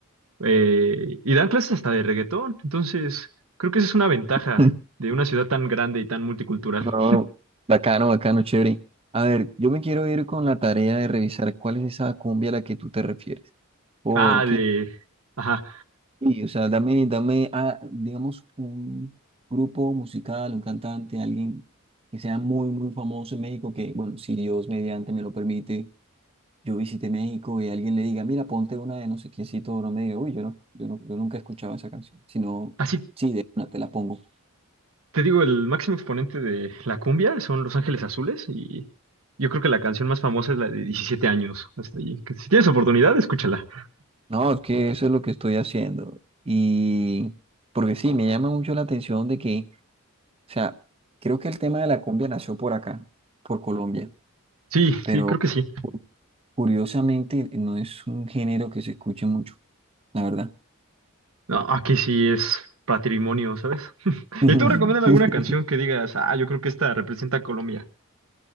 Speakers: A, on the right; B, on the right.
A: Eh, y dan clases hasta de reggaetón. Entonces, creo que esa es una ventaja
B: <laughs>
A: de una ciudad tan grande y tan multicultural.
B: No, bacano, bacano, chévere. A ver, yo me quiero ir con la tarea de revisar cuál es esa cumbia a la que tú te refieres. Porque,
A: Ah, de... Ajá.
B: sí, o sea, dame, dame, ah, digamos, un grupo musical, un cantante, alguien que sea muy, muy famoso en México, que, bueno, si Dios mediante me lo permite, yo visité México y alguien le diga, mira, ponte una de no sé quiéncito, no me diga, uy, yo no, yo no, yo nunca he escuchado esa canción, sino,
A: Así
B: sí, de una te la pongo.
A: te digo, el máximo exponente de la cumbia son Los Ángeles Azules y yo creo que la canción más famosa es la de 17 años. Hasta allí. Que si tienes oportunidad, escúchala.
B: No, es que eso es lo que estoy haciendo. Y porque sí, me llama mucho la atención de que, o sea, creo que el tema de la cumbia nació por acá, por Colombia,
A: Sí,
B: pero
A: sí, creo que sí.
B: cu- curiosamente no es un género que se escuche mucho, la verdad.
A: No, aquí sí es patrimonio, ¿sabes?
B: <laughs>
A: Y tú recomiendas alguna canción que digas, ah, yo creo que esta representa a Colombia.